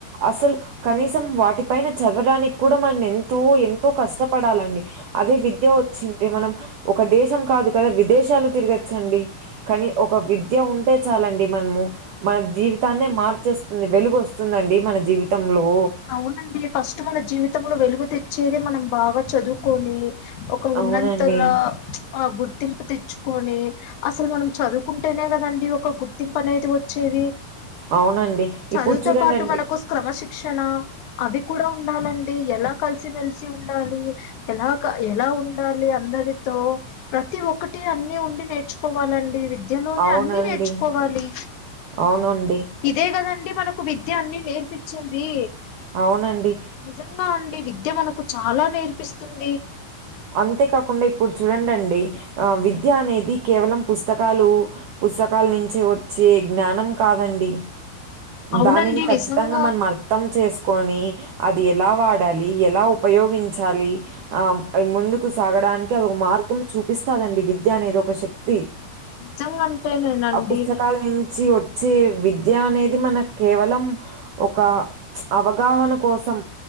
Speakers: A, on the right; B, on the left.
A: అసలు కనీసం వాటిపైన చదవడానికి కూడా మన ఎంతో ఎంతో కష్టపడాలండి అదే విద్య వచ్చింటే మనం ఒక దేశం కాదు కదా విదేశాలు తిరగచ్చండి కానీ ఒక విద్య ఉంటే చాలండి మనము మన జీవితాన్నే మార్చేస్తుంది వెలుగు వస్తుందండి మన జీవితంలో
B: అవునండి ఫస్ట్ మన జీవితంలో వెలుగు తెచ్చేదే మనం బాగా చదువుకొని ఒక ఉన్నంతర
A: అవునండి.
B: ప్చ్ ఆ గుర్తింపు తెచ్చుకొని అసలు మనం చదువు కుంటేనే కదండి ఒక గుర్తింపు అనేది వచ్చేది
A: అవునండి
B: చదువుతో
A: ఇప్పుడు చూడండండి
B: పాటు మనకు క్రమశిక్షణ అవి కూడా ఉండాలండి ఎలా కలిసిమెలిసి ఉండాలి ఎలాగా ఎలా ఉండాలి అందరితో ప్రతి ఒక్కటి అన్ని ఉండి నేర్చుకోవాలండి విద్యలోనే
A: అవునండి.
B: అన్ని నేర్చుకోవాలి
A: అవునండి
B: ఇదే కదండి మనకు విద్య అన్నీ నేర్పిచేది
A: అవునండి
B: నిజంగా అండి విద్య మనకు చాలా నేర్పిస్తుంది
A: అంతేకాకుండా ఇప్పుడు చూడండండి విద్య అనేది కేవలం పుస్తకాలు పుస్తకాల నుంచే వచ్చే జ్ఞానం కాదండి
B: అవునండి
A: దానిని ఖచ్చితంగా
B: నిజంగా
A: మనం అర్థం చేసుకొని అది ఎలా వాడాలి ఎలా ఉపయోగించాలి ఆ ముందుకు సాగడానికి అదొక మార్గం చూపిస్తాదండి విద్య అనేది ఒక శక్తి
B: నిజంగాంటేనేనండి
A: ఆ పుస్తకాలు నుంచి వచ్చే విద్య అనేది మనకు కేవలం ఒక అవగాహన కోసం